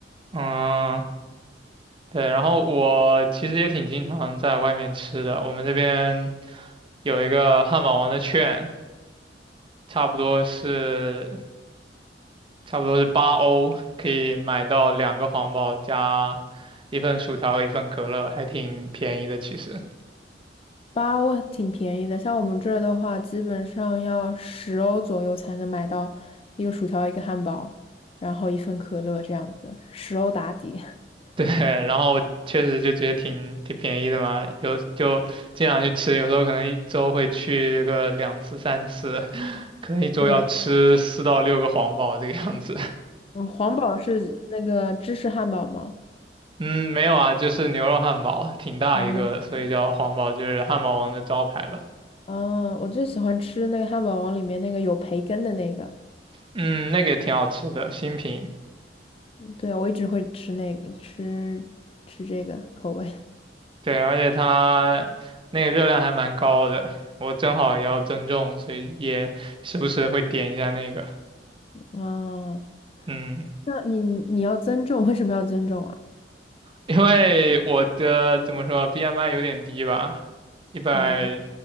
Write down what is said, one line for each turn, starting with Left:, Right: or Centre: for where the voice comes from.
Right: 嗯，对。然后我其实也挺经常在外面吃的。我们这边有一个汉堡王的券，差不多是差不多是八欧，可以买到两个皇堡加一份薯条和一份可乐，还挺便宜的其实。
Left: 包挺便宜的，像我们这儿的话，基本上要十欧左右才能买到一个薯条、一个汉堡，然后一份可乐这样子，十欧打底。<laughs>
Right: <laughs> 对，然后确实就觉得挺挺便宜的嘛，有就经常去吃，有时候可能一周会去个两次三次，<laughs> 可能一周要吃四到六个皇堡这个样子。
Left: 对，
Right: <laughs>
Left: 嗯，皇堡是那个芝士汉堡吗？
Right: 嗯，没有啊，就是牛肉汉堡，挺大一个的，
Left: 嗯，你要什么？
Right: 所以叫皇堡，就是汉堡王的招牌吧。
Left: 嗯，我最喜欢吃那个汉堡王里面那个有培根的那个，
Right: 嗯，那个也挺好吃的，新品。
Left: 对，我一直会吃那个，吃吃这个口味。
Right: 对，而且它那个热量还蛮高的，我正好也要增重，所以也时不时的会点一下那个。
Left: 嗯，
Right: 嗯。
Left: 那你你要增重，为什么要增重啊？
Right: 因为我的怎么说，BMI 有点低吧，一百
Left: 哦